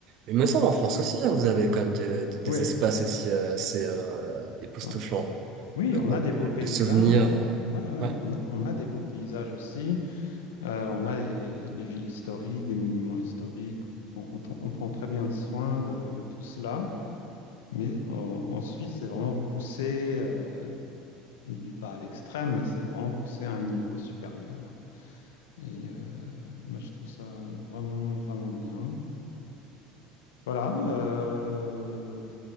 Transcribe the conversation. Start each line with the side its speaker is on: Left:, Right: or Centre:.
Right: il me semble en France aussi, hein, vous avez quand même de- de- des
Left: Oui,
Right: espaces aussi euh, assez euh, époustouflants,
Left: ouais. Oui,
Right: Euh,
Left: on
Right: moi,
Left: a des beaux
Right: de
Left: paysages.
Right: souvenirs. euh,
Left: Ouais, ouais,
Right: ouais.
Left: on a, on a des beaux paysages aussi. Euh, on a les, les villes historiques, des monuments historiques. On, on prend on prend très bien soin de, de tout cela. Mais en, en Suisse, c'est vraiment poussé, euh, je dis pas à l'extrême, mais c'est vraiment poussé à un niveau supérieur. Et euh, moi, je trouve ça vraiment, vraiment bien. Voilà. euh,